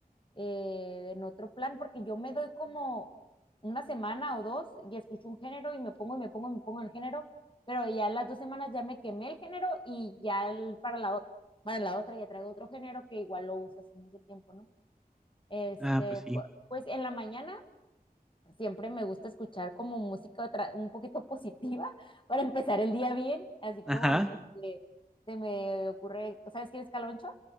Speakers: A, on the left; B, in the centre.
A: eh, en otro plan, porque yo me doy como una semana o dos y escucho un género y me pongo y me pongo y me pongo en el género, pero ya las dos semanas ya me quemé el género y ya el- para la, otra para la otra ya traigo otro género que igual lo uso hace mucho tiempo, ¿no? Este,
B: Ah, pues sí.
A: pu- pues en la mañana siempre me gusta escuchar como música tra- un poquito positiva <laughs> para empezar el día bien, así
B: Ajá.
A: como, no sé, se me ocurre, ¿sabes quién es Caloncho?